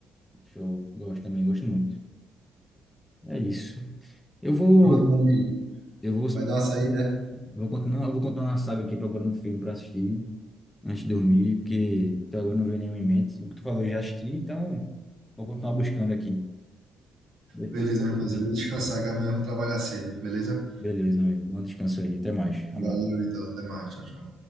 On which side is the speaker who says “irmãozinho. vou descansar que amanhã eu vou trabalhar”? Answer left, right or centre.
Right